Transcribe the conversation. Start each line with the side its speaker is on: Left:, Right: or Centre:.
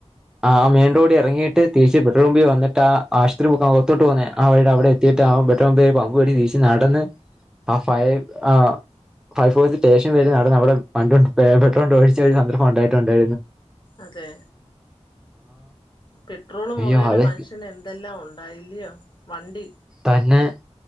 Centre: ആ മെയിൻ റോഡി എറങ്ങിട്ട് തിരിച്ച് പെട്രോൾ പമ്പി വന്നിട്ട് ആ ആശുത്രിമുക്ക് അകത്തോട്ടു പോവാന്നെ ആ വഴിടെ അവടെ എത്തിട്ടാകും ആ പെട്രോൾ പമ്പ് വരെ വീശി നടന്ന് ആഹ് ഫയെ ആഹ് ഫയർ ഫോഴ്സ് സ്റ്റേഷൻ വരെ നടന്ന് അവടെ പണ്ടണ്ട് പെട്രോണ്ട് ഒഴിച്ച ഒരു സന്ദർഭം ഒണ്ടായിട്ടുണ്ട്.
Left: അതെ പെട്രോള്
Centre: അയ്യോ
Left: മുഖേന
Centre: അതെ
Left: മനുഷ്യന് എന്തെല്ലാം ഉണ്ട്. ഇല്ല്യ വണ്ടി
Centre: തന്നെ